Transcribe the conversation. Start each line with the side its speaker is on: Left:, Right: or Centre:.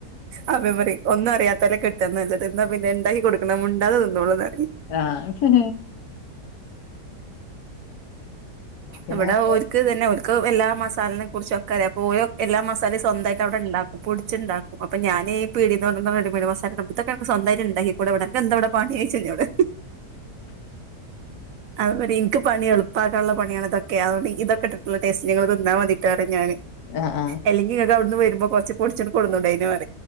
Right: ആ മെമ്മറി ഒന്നും അറിയാത്തോലേ കെ ട്ടാ നല്ലത് ന്നാ പിന്നെ ഇണ്ടാക്കി കൊട്ക്ക്ണെ മിണ്ടാതെ തിന്നോളുന്നറിം
Left: ആഹ് പിന്നെ
Right: ഇവിടെ
Left: ആഹ്
Right: ഓര്ക്ക് തന്നെ ഓ ര്ക്ക് എല്ലാ മസാൽനെ കുർച്ചൊക്കറ്യ അപ്പോ ഓല് എല്ലാ മസാലിം സ്വന്താട്ടവിടെണ്ടാക്കും പൊട്ച്ച്ണ്ടാക്കും അപ്പോ ഞാ ന് പീടേന്ന് കൊണ്ടന്ന റെഡിമെഡ് മസാലട്മ്പം ഇതൊക്കേ അൻക്ക് സ്വന്തായിട്ട് ഇണ്ടാക്കൂടെവിടെ അൻക്ക് എന്തവ്ടെ പണീഓഴ്ച്ച ഇന്നോട് അതൊന്നല്ല ഇൻക്ക് പണി എൾപ്പാക്കാള്ള പണിആണ് ഇതൊക്കെ അതോണ്ട് ഇതൊക്കെ ഇട്ട്ട്ട്ള്ള ടേസ്റ്റ്ന് ഇങ്ങള് തിന്നാ മതിട്ടോന്നു പറിം ഞാന്
Left: ആഹ് ആഹ്
Right: അല്ലെങ്കി ഇങ്ങക്ക് അവിടുന്ന് വര്മ്പോ കൊർച്ച് പൊടിച്ചാണ്ട് കൊട്ന്നൂടേന്യ ന്നു പറി